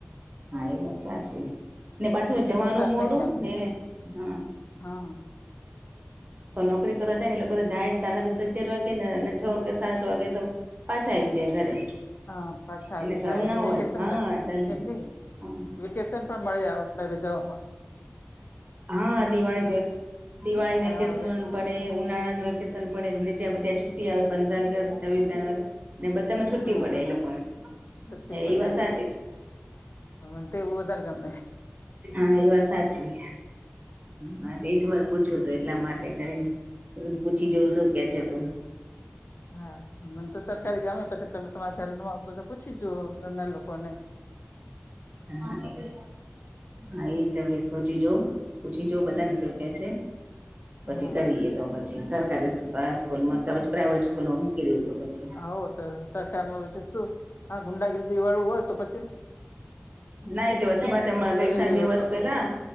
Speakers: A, on the right; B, on the left.
A: હા એ વાત સાચી. ને પાછું
B: કોઈ
A: જવાનું
B: ચિંતા
A: મોડું
B: નહી એમ
A: ને હા
B: હા
A: નોકરી કરવા જાય ને લોકો જાય સાડા દસ અગિયાર વાગે ને છ વાગે સાડા છ વાગે તો પાછા આવી જાય ઘરે.
B: હા પાછા
A: એને
B: આવી
A: ઘણું
B: જાય અને
A: ના હોય
B: વેકેશન
A: હા <unintelligible>
B: એમ નહી
A: હમ.
B: વેકેશન પણ મળી આવ ઘરે જવામાં.
A: હા દિવાળીનું એક દિવાળી
B: હા
A: વેકેશન
B: હવે
A: પડે. ઉનાળાનું વેકેશન પડે ને જ્યાં બધા છુટ્ટી આવે પંદર અગસ્ટ, છવ્વીસ જાનુઆરી. ને બધામાં છુટ્ટી
B: હા
A: પડે
B: બસ
A: એ લોકોને
B: છુટ્ટી
A: હ
B: મળે
A: એ વાત સાચી.
B: મને તો એવું વધારે ગમે
A: હા એ વાત સાચી. હા એજ વાર પૂછવું તુ એટલા માટે કરીને પૂછી જો શું કે છે તો?
B: હા મને તો સરકારી ગમે પછી તમે તમા બધું પૂછી જુઓ એમના લોકો ને
A: હા હા એ હવે સોચી જો પૂછી જા બધાને શું કે છે પછી
B: હા
A: કરીએ તો પછી સરકારી સ્કૂલમાં પછી પ્રાઈવેટ સ્કૂલમાં મૂકી દઈશું પછી
B: આવું તો સરકારીમાં પછી શું આ ગુંડાગીર્દી વાળું હોય તો પ
A: ના એટલે ચમાણા
B: રિસ્ક
A: ગઈ
B: લેવી
A: સા બે
B: હોય
A: વર્ષ
B: તો
A: પેલા